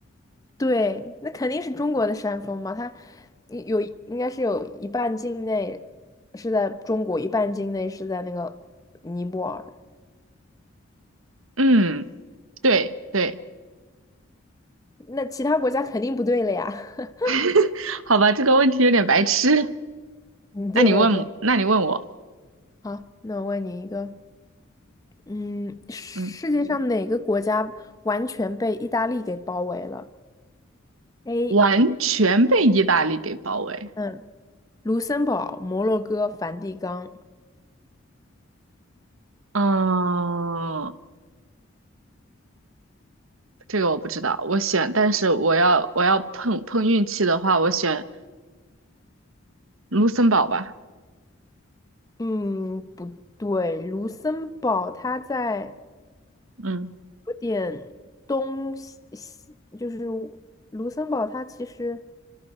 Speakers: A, on the left (about 15°); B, on the right (about 85°).
A: 对，那肯定是中国的山峰嘛，它有应该是有一半境内是在中国，一半境内是在那个尼泊尔，
B: 嗯，对对，
A: 那其他国家肯定不对了呀。<laughs>
B: <laughs> 好吧，这个问题有点白痴。
A: 嗯，
B: 那你问我，
A: 对对对，
B: 那你问我，
A: 好，那我问你一个，嗯，世界上哪个国家完全被意大利给包围了
B: 嗯，
A: ？A，
B: 完全被意大利给包围。
A: 嗯，卢森堡、摩洛哥、梵蒂冈。
B: 嗯，这个我不知道，我选，但是我要我要碰碰运气的话，我选卢森堡吧？
A: 嗯，不对，卢森堡它在。
B: 嗯，
A: 有点东西，西就是卢森堡，它其实